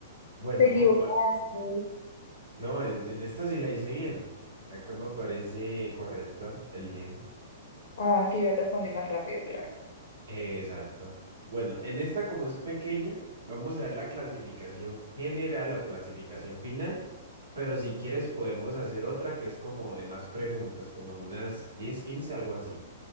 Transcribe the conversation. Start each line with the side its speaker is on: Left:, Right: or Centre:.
Right: Bueno,
Left: Te equivocaste.
Right: como No, en, en esta sí la hice bien. Acá me parece correcto el yen.
Left: Ah, es que yo respondí más rápido, claro.
Right: Eh, exacto. Bueno, en esta como es pequeña, vamos a dar la clasificación general o clasificación final, pero si quieres podemos hacer otra que es como de más preguntas, como unas 10, 15, algo así.